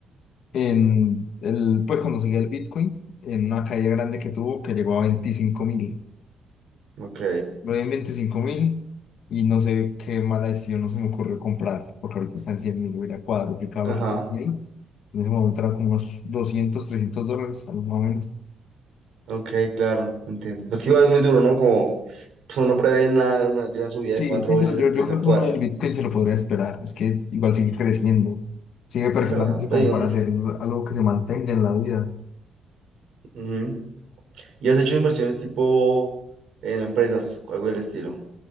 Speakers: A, on the left; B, on the right.
A: en el, pues cuando seguía el Bitcoin, en una caída grande que tuvo que llegó a veinticinco mil.
B: Ok,
A: Lo vi en veinticinco mil y no sé qué mala decisión no se me ocurrió comprar, porque ahorita está en cien mil, hubiera cuadruplicado
B: ajá,
A: lo que tenía ahí. En ese momento eran como unos 200 300 dólares, algo más o menos.
B: ok, claro, entiendo. Pues que igual es muy duro, ¿no? Como pues uno no prevé nada, una, de una subida de
A: Sí,
B: cuatro
A: sí,
B: veces
A: pero
B: el
A: yo,
B: precio
A: yo creo
B: actual.
A: que uno del Bitcoin se lo podría esperar. Es que igual sigue creciendo, sigue perfilándose
B: Es verdad, pues,
A: como
B: yo,
A: para hacer algo que se mantenga en la vida.
B: ujú. ¿Y has hecho inversiones tipo en empresas, algo del estilo?